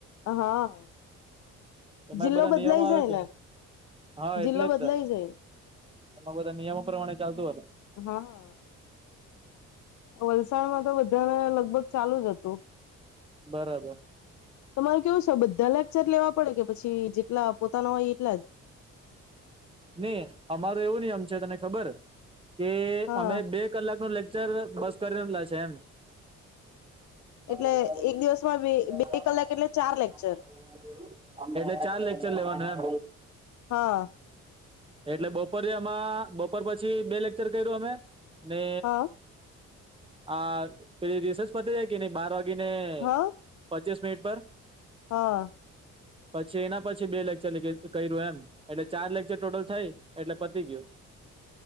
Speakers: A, on the left; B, on the right.
A: હા
B: એમાં
A: જિલ્લો
B: બી બધા
A: બદલાઈ
B: નિયમો આવે
A: જાય
B: કે
A: ને
B: ની. હા
A: જિલ્લો
B: એટલે જ
A: બદલાઈ
B: તો
A: જાય
B: એટલે બધું નિયમો પ્રમાણે ચાલતું અહે.
A: હા વલસાડમાં તો બધાને લગભગ ચાલુ જ હતું.
B: બરાબર.
A: તમારે કેવું છે બધા લેક્ચર લેવા પડે કે પછી જેટલા પોતાના હોય એટલા જ.
B: ને અમારો એવું નિયમ છે તને ખબર કે
A: હા
B: અમે બે કલાક નું લેક્ચર બસ કરીને લેશે એમ. <inaudible>
A: એટલે એક દિવસમાં બે બે કલાક એટલે ચાર લેક્ચર
B: એટલે ચાર લેક્ચર લેવાનું એમ.
A: હા.
B: એટલે બપોરે એમાં, બપોર પછી બે લેકચર કર્યું અમે ને
A: હા
B: આ પેલી રિસેસ પતી હે કે નય બાર વાગે ને
A: હા
B: પચીસ મિનિટ પર
A: હા.
B: પછી એના પછી બે લેકચર લગ કર્યું એમ એટલે ચાર લેક્ચર ટોટલ થાય એટલે પતી ગીયું.